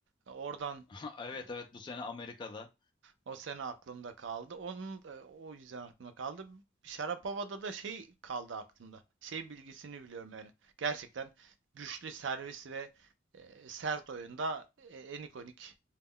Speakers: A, on the right; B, on the left.
A: E, Oradan
B: <laughs> Evet
A: e,
B: evet bu sene Amerika'da
A: o sene aklımda kaldı. Onun e, o yüzden aklımda kaldı. Şarapova'da da şey kaldı aklımda. Şey bilgisini biliyorum yani. Gerçekten güçlü servis ve e, sert oyunda e, en ikonik